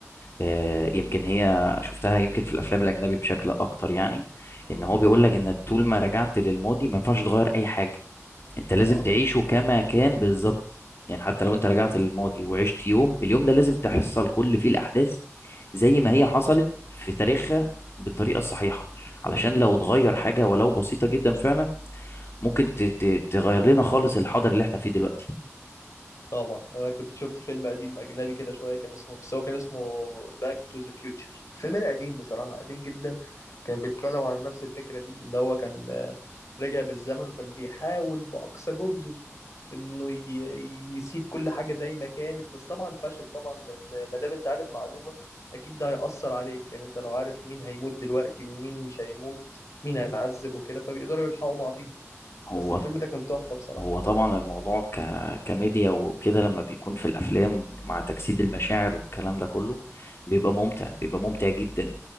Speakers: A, on the left (about 55°); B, on the left (about 80°).
A: آه، يمكن هي شفتها يمكن في الافلام الاجنبي بشكل اكتر يعني ان هو بيقول
B: فعلا
A: لك ان طول ما رجعت للماضي ما ينفعش تغير اي حاجه انت لازم
B: صح
A: تعيشه كما كان بالظبط يعني حتى لو انت رجعت للماضي وعشت يوم اليوم ده لازم تحصل كل فيه الاحداث زي ما هي
B: طبعا
A: حصلت في تاريخها بالطريقه الصحيحه علشان لو اتغير حاجه ولو بسيطه جدا فعلا ممكن ت- ت- تغير لنا خالص الحاضر اللي احنا فيه دلوقتي
B: طبعا انا كنت شفت فيلم قديم اجنبي كده شوية كان اسمه بس هو كان اسمه باك تو ذا فيوتشر الفيلم ده قديم بصراحة قديم جدا كان بيتكلم عن نفس الفكرة دي ان هو كان آه، رجع بالزمن وكان بيحاول بأقصى جهده انه ي- يسيب كل حاجه زي ما كانت بس طبعا فشل طبعا لان ما دام انت عارف معلومه اكيد ده هيأثر عليك يعني انت لو عارف مين هيموت دلوقتي ومين مش هيموت مين هيتعذب وكده فبيقدروا يلحقوا بعضيهم
A: هو
B: بس الفيلم ده كان تحفه بصراحه
A: هو طبعا الموضوع ك... كميديا وكده لما بيكون في الافلام مع تجسيد المشاعر والكلام ده كله بيبقى ممتع بيبقى ممتع جدا